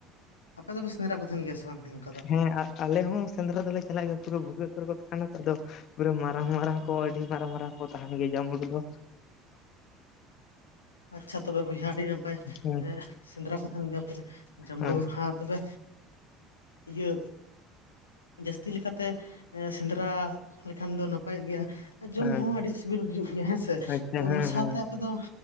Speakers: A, on the left; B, on the left.
A: ᱟᱯᱮ ᱫᱚ ᱯᱮ ᱥᱮᱸᱫᱽᱨᱟ ᱠᱚ ᱛᱟᱦᱮᱸᱱ ᱜᱮᱭᱟ ᱥᱮ, ᱵᱟᱝ ᱚᱱᱠᱟ ᱫᱚ
B: ᱦᱮᱸ ᱟᱞᱮ ᱦᱚᱸ ᱥᱮᱸᱫᱽᱨᱟ ᱫᱚᱞᱮ ᱪᱟᱞᱟᱜ ᱜᱮᱭᱟ᱾ ᱯᱩᱨᱟᱹ ᱵᱷᱩᱜᱟᱹᱜ ᱠᱚᱨᱮ ᱠᱚ ᱛᱟᱦᱮᱸᱱᱟ ᱛᱚ ᱟᱫᱚ ᱯᱩᱨᱟᱹ ᱢᱟᱨᱟᱝ ᱢᱟᱨᱟᱝ ᱠᱚ ᱟᱹᱰᱤ ᱢᱟᱨᱟᱝ ᱢᱟᱨᱟᱝ ᱠᱚ ᱛᱟᱦᱮᱸᱱ ᱜᱮᱭᱟ ᱡᱟᱢᱲᱩ ᱫᱚ᱾
A: ᱟᱪᱪᱷᱟ ᱛᱚᱵᱮ ᱵᱚᱭᱦᱟ ᱟᱹᱰᱤ ᱱᱟᱯᱟᱭ
B: ᱦᱮᱸ
A: ᱮ ᱥᱮᱸᱫᱽᱨᱟ ᱠᱚ ᱛᱟᱦᱮᱸᱱ ᱜᱮᱭᱟ ᱯᱮ ᱡᱟᱢᱲᱩ
B: ᱦᱮᱸ
A: ᱟᱨ ᱛᱚᱵᱮ ᱤᱭᱟᱹ, ᱡᱟᱹᱥᱛᱤ ᱞᱮᱠᱟ ᱛᱮ ᱥᱮᱸᱫᱽᱨᱟ ᱞᱮᱠᱷᱟᱱ ᱫᱚ ᱱᱟᱯᱟᱭᱚᱜ ᱜᱮᱭᱟ᱾ ᱡᱚᱢ
B: ᱦᱮᱸ
A: ᱦᱚᱸ ᱟᱹᱰᱤ ᱥᱤᱵᱤᱞ ᱵᱩᱡᱩᱜ ᱜᱮᱭᱟ ᱦᱮᱸᱥᱮ᱾
B: ᱟᱪᱪᱷᱟ
A: ᱛᱚ
B: ᱦᱮᱸ
A: ᱚᱱᱟ ᱥᱟᱶᱛᱮ
B: ᱦᱮᱸ
A: ᱟᱫᱚ